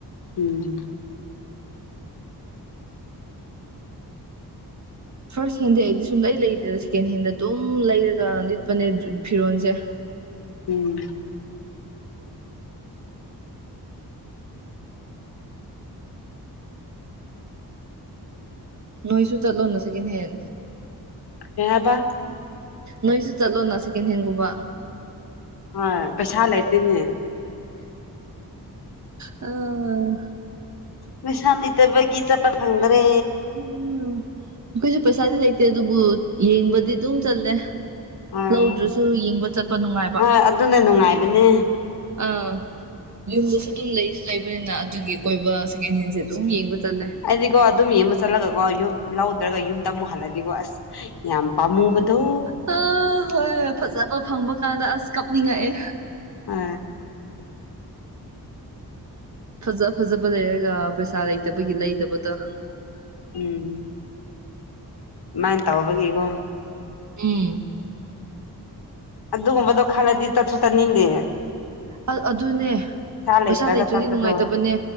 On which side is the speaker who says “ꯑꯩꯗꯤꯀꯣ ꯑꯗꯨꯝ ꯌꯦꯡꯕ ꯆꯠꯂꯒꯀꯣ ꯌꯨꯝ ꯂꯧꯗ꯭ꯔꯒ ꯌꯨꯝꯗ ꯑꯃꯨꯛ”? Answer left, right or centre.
Left